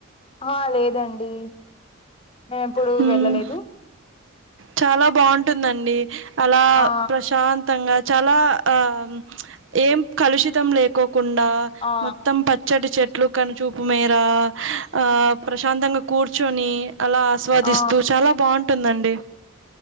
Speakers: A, on the left (about 25°); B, on the right (about 65°).
A: ఆ లేదండి మేము ఎప్పుడూ
B: హ్మ్.
A: వెళ్ళలేదు
B: చాలా బావుంటుందండి అలా
A: ఆ
B: ప్రశాంతంగా చాలా ఆమ్ ఏం కలుషితం లేకో కుండా
A: ఆ
B: మొత్తం పచ్చటి చెట్ అట్లు కనుచూపు మేర ఆ ప్రశాంతంగా కూర్చొని అలా ఆస్వాదిస్తూ
A: ఆ
B: చాలా బావుంట్ ఉంటుందండి